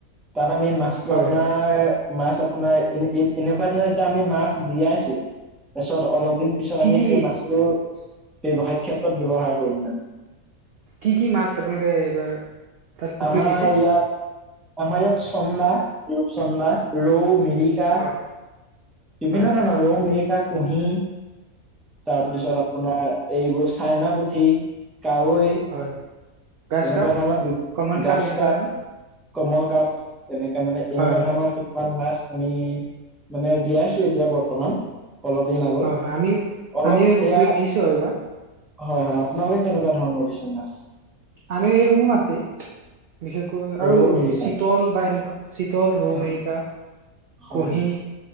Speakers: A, in the centre; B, on the right.
A: তাত আমি মাছটো
B: হয়।
A: আপোনাৰ মাছ আপোনাৰ ইন ইদ এনেকুৱা দিনত এতিয়া আমি মাছ জীয়াইছো তাৰপিছত অলপ দিন পিছত
B: কি
A: আমি
B: কি
A: সেই মাছটো ব্যৱসায়িক ক্ষেত্ৰত ব্যৱহাৰ কৰি্ম।
B: কি কি মাছ আপোনালোকে এইবাৰ তাত পুখুৰীত
A: আমাৰ
B: দিছে?
A: ইয়াত আমাৰ ইয়াত চন্দা চন্দনা ৰৌ মিৰিকা
B: হয়
A: বিভিন্ন
B: হয়
A: ধৰণৰ ৰৌ মিৰিকা কুঁহি তাৰপিছত
B: হয়
A: আপোনাৰ এইবোৰ চাইনা পুঠি কাৱৈ
B: হয় গ্ৰাছ
A: এনেকুৱা
B: কাপ,
A: ধৰণৰ বি
B: কমন
A: গাজ
B: এনেকুৱা
A: কাপ
B: ধৰণৰ
A: কমল কাপ এনেকে মানে এনেকুৱা
B: হয় হয়
A: ধৰণৰ কিছুমান মাছ আমি মানে জীয়াইছো এতিয়া বৰ্তমান অলপ দিন আগত
B: হয় হয় আমিও
A: অলপ
B: আমিও এই পুখুৰীত
A: এয়া হয়
B: দিছো আৰু এইবাৰ
A: হয় আপোনালোকে কেনেকুৱা ধৰণৰ দিছে মাছ?
B: আমি এইসমূহ আছে। বিশেষকৈ আৰু
A: ৰৌ মিৰিকা
B: চিতল বা এনেকুৱা চিতল ৰৌমেৰিকা।
A: অ হয়
B: কুহি
A: হয়